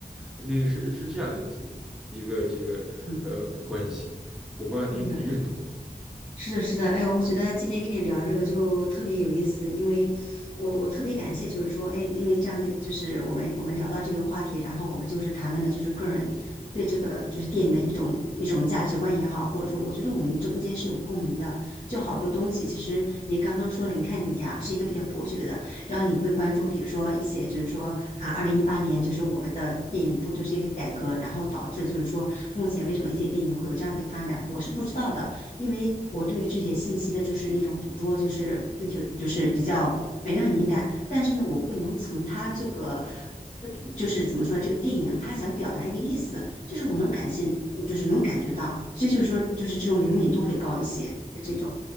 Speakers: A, in the centre; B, on the left (about 50°).
A: 那个是是这样一个一个这个呃关系，
B: 嗯，
A: 我不知道您您认同吗？
B: 对的。是的，是的，哎，我觉得今天跟你聊这个就特别有意思，因为我我特别感谢，就是说，哎，因为这样子，就是我们我们聊到这个话题，然后我们就是谈论的，就是个人对这个就是电影的一种一种价值观也好，或者说，我觉得我们中间是有共鸣的，就好多东西，其实你刚刚说的，你看你呀、是一个比较博学的，然后你会关注，比如说一些就是说啊，二零一八年就是我们的电影部就是一个改革，然后导致就是说目前为什么一些电影会有这样子的发展，我是不知道的。因为我对于这些信息的，就是那种捕捉，就是那就就是比较没那么敏感，但是呢，我会能从他这个，呃就是怎么说，这个电影他想表达一个意思，就是我能感性，就是能感觉到，所以就是说，就是这种灵敏度会高一些，是这种，